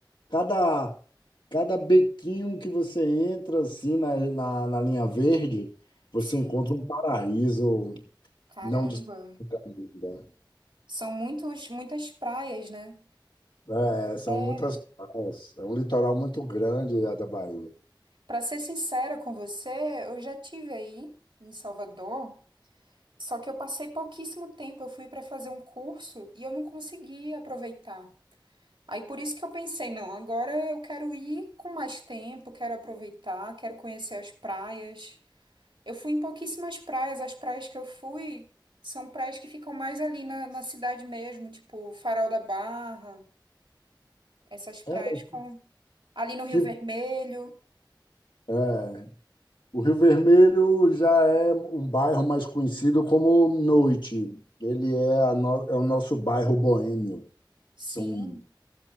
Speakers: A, on the left; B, on the right.
A: cada cada bequinho que você entra assim na, na, na linha verde você
B: Sim.
A: encontra um paraíso
B: Caramba.
A: não desconhecido.
B: São muitos, muitas praias, né?
A: né? É, são
B: É.
A: muitas praias. É um litoral muito grande a da Bahia.
B: Para ser sincera com você, eu já tive aí em Salvador. Só que eu passei pouquíssimo tempo, eu fui para fazer um curso e eu não consegui aproveitar. Aí por isso que eu pensei, não, agora eu quero ir com mais tempo, quero aproveitar, quero conhecer as praias. Eu fui em pouquíssimas praias, as praias que eu fui são praias que ficam mais ali na, na cidade mesmo, tipo Farol da Barra, essas praias
A: É,
B: com ali no Rio
A: que
B: Vermelho.
A: É, o Rio Vermelho já é um bairro mais conhecido como Noite. Ele é, a no- é o nosso bairro boêmio.
B: Sim,
A: São,